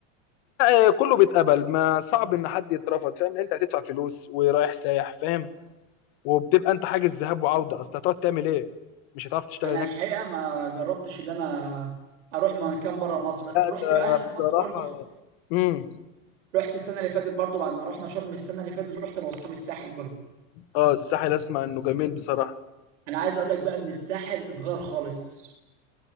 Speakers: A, on the left (about 55°); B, on the right (about 85°).
A: لا، آه، كله بيتقبل ما صعب ان حد يترفض فاهم لان انت هتدفع فلوس ورايح سايح فاهم وبتبقى انت حاجز ذهاب وعودة اصل هتقعد تعمل ايه مش هتعرف تشتغل
B: انا
A: هناك
B: الحقيقه ما جربتش ان انا اروح مكان بره مصر بس
A: لا
B: رحت
A: ده
B: بقى هنا في
A: بصراحة
B: مصر برضه في...
A: امم
B: رحت السنه اللي فاتت برضه بعد ما رحنا شرم السنه اللي فاتت رحت انا واصحابي الساحل برضه
A: اه الساحل اسمع انه جميل بصراحة
B: انا عايز اقول لك بقى ان الساحل اتغير خالص